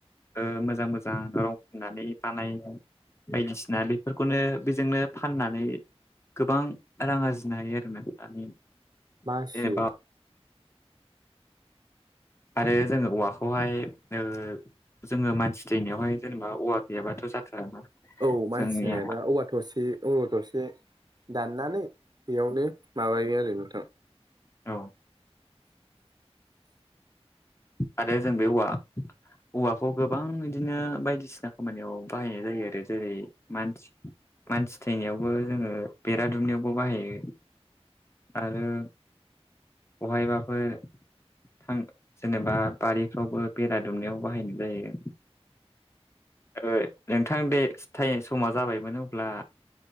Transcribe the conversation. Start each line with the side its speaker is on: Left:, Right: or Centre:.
Left: ओ मोजां मोजां रं फिन्नानै बानायो। बायदिसिना बेफोरखौनो बेजोंनो फाननानै गोबां रां आरजिनो हायो आरोना दानि
Right: मासे
Left: जेनेबा आरो जोङो औवाखौहाय ओ जोङो मानसि थैनायावहाय जेनेबा औवा गैयाबाथ' जाथाराना।
Right: औ मानसि
Left: जोंनिया
Right: थैनायबा औवा थसे औवा थर से दाननानै बेयावनो माबायो आरो नोंथां।
Left: औ आरो जों बे औवा औवाखौ गोबां इदिनो बायदिसिना खामानियाव बाहायनाय जायो आरो। जेरै मानसि मानसि थैनायावबो जोङो बेरा दुमनायावबो बाहायो। आरो बहायबाफोर थां जेनेबा बारिफ्रावबो बेरा दुमनायाव बाहायनाय जायो। ओ नोंथां दे सिथाइ समा जाबायमोन अब्ला